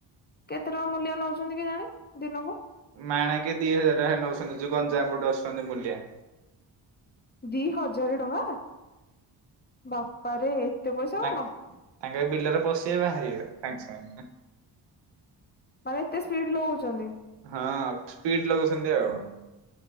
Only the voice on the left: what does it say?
କେତେ ଟଙ୍କା ମୂଲିଆ ନଉଛନ୍ତି କେଜାଣି ଦିନକୁ
ଦି ହଜାର ଟଙ୍କାହାଃ ବାପାରେ ଏତେ ପଇସା
କଣ
ମାନେ ଏତେ ସ୍ପିଡ୍ ଲଗଉଛନ୍ତି